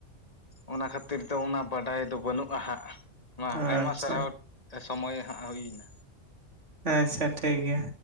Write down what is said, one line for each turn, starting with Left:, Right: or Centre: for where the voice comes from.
Left: ᱚᱱᱟ ᱠᱷᱟᱹᱛᱤᱨ ᱛᱮ ᱚᱱᱟ ᱵᱟᱰᱟᱭ ᱫᱚ ᱵᱟᱹᱱᱩᱜᱼᱟ ᱦᱟᱸᱜ᱾ ᱢᱟ
Right: ᱟᱪᱪᱷᱟ
Left: ᱟᱭᱢᱟ ᱥᱟᱨᱦᱟᱣ ᱥᱚᱢᱚᱭ ᱦᱟᱸᱜ ᱦᱩᱭ ᱮᱱᱟ᱾
Right: ᱟᱪᱪᱷᱟ ᱴᱷᱤᱠ ᱜᱮᱭᱟ᱾